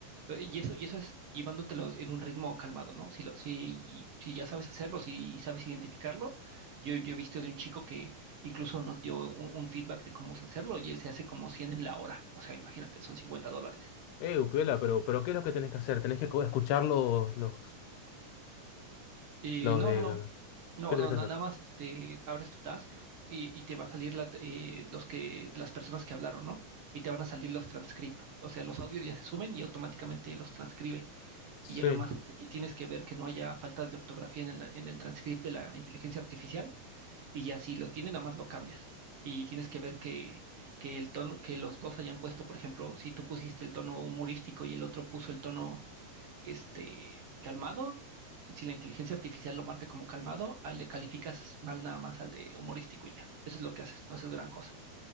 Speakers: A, on the right; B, on the left.
A: Eh, Y eso, y eso es llevándotelos en un ritmo calmado, ¿no? Si, lo, si, si ya sabes hacerlo, si sabes identificarlo, yo, yo he visto de un chico que incluso nos dio un, un feedback de cómo hacerlo y él se hace como 100 en la hora, o sea, imagínate, son 50 dólares.
B: Eh, Upiola, pero, pero ¿qué es lo que tenés que hacer? ¿Tenés que co- escuchar los, los,
A: Eh,
B: los
A: no,
B: de...
A: no, no. No,
B: ¿Qué tenés
A: no,
B: que
A: na-
B: hacer?
A: nada más este, abres tu task y, y te va a salir la, eh, los que, las personas que hablaron, ¿no? Y te van a salir los transcript. O sea, los audios ya se suben y automáticamente los transcribe.
B: Sí.
A: Y ya nada más este, ti- tienes que ver que no haya falta de ortografía en, el en el transcript de la inteligencia artificial. Y ya si lo tiene, nada más lo cambias. Y tienes que ver que, que el tono, que los dos hayan puesto, por ejemplo, si tú pusiste el tono humorístico y el otro puso el tono este, calmado, y si la inteligencia artificial lo marca como calmado, ah, le calificas mal nada más al de humorístico y ya. Eso es lo que haces, no haces gran cosa.